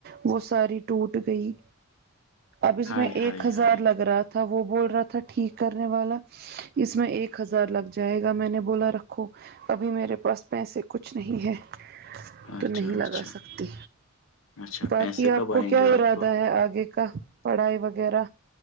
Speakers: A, on the right; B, on the left.
A: وہ ساری ٹوٹ گئی اب اس
B: ہائے
A: میں ایک
B: ہائے
A: ہزار
B: ہائے
A: لگ رہا تھا تھا وہ بول رہا تھا ٹھیک کرنے والا اس میں ایک ہزار لگ جائے گا میں نے بولا رکھو ابھی میرے پاس پیسے کچھ نہیں ہیں تو
B: اچھا
A: نہیں
B: اچھا
A: لگا سکتی
B: اچھا
A: باقی
B: پیسے
A: آپ
B: کب
A: کو
B: آئیں
A: کیا
B: گے آپ
A: ارادہ
B: کو
A: ہے آگے کا پڑھائی وغیرہ